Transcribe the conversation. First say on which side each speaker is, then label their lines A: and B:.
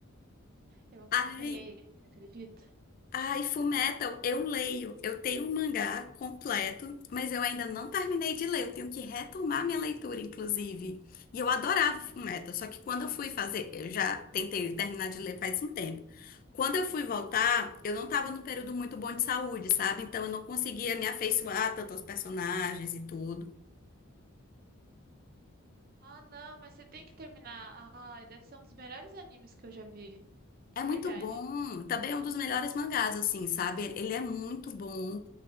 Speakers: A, on the right (about 45°); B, on the left (about 40°).
A: Eu acompanhei
B: Ai,
A: esse, acredita?
B: Ai, Fullmetal, eu leio. Eu tenho um mangá completo, mas eu ainda não terminei de ler. Eu tenho que retomar minha leitura, inclusive. E eu adorava Fullmetal, só que quando eu fui fazer, eu já tentei terminar de ler faz um tempo. Quando eu fui voltar, eu não estava num período muito bom de saúde, sabe? Então eu não conseguia me afeiçoar
A: Aham.
B: tanto aos personagens e tudo.
A: Ah, não, mas você tem que terminar. Ai, deve ser um dos melhores animes que eu já vi. De
B: É muito
A: verdade.
B: bom. Também é um dos melhores mangás, assim, sabe? Ele é muito bom.